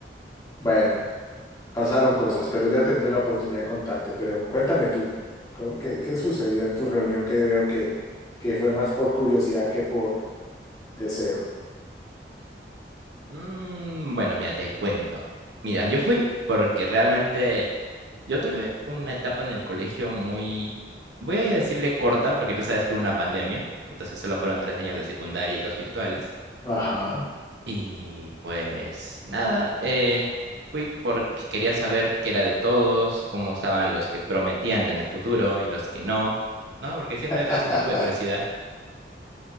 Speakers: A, on the left; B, on the right.
A: bueno, pasaron cosas, pero ya tendré la oportunidad de contarte, pero cuéntame tú, ¿cómo- qué, qué sucedió en tu reunión que veo que, que fue más por curiosidad que por deseo?
B: Mm, bueno, mira, te cuento. Mira, yo fui porque realmente Yo tuve una etapa en el colegio muy, voy a decirle corta, porque tú sabes que hubo una pandemia, entonces solo fueron tres años de secundaria y dos virtuales.
A: Ajá.
B: Y pues nada, eh, fui porque quería saber qué era de todos, cómo estaban los que prometían tener futuro y los que no, ¿no? Porque siempre
A: <laughs>
B: da ese tipo de curiosidad.